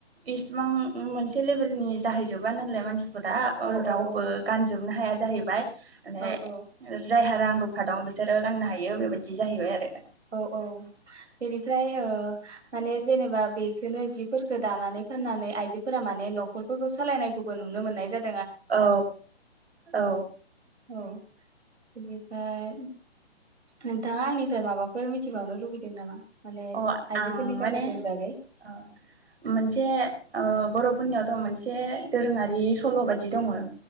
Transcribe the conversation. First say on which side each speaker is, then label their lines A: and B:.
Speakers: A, on the right (about 65°); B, on the right (about 85°).
A: इसिबां मोनसे लेभेलनि जाहैजोबा नालाय मानसिफ बोदा
B: औ
A: रावबो गानजोबनो हाया ज जाहैबाय ओमफ्राय
B: औ औ
A: जायहा रां रुफा दं बिसोरो गाननो हायो बेबायदि जाहैबाय आरो
B: औ औ बेनिफ फ्राय ओ माने जेनेबा बेख खोनो जिफोरखो दानानै फाननानै आइजोफोरा माने न'खरफोरखो सालायनायखौबो नुनो मोन्नाय जाद
A: औ औ औ
B: औ बिनिफाय नोंथां आ आंनिब फ्राय माबा फोर मिथिबावनो लुगैदों नामा? माने
A: अ
B: आइजोफोरनि
A: आं माने
B: गाननाय जोमनाय बागै
A: ओ मोनसे ओ बर'फ फोननियावथ मोनसे दोरोङारि सल' बायदि दङो।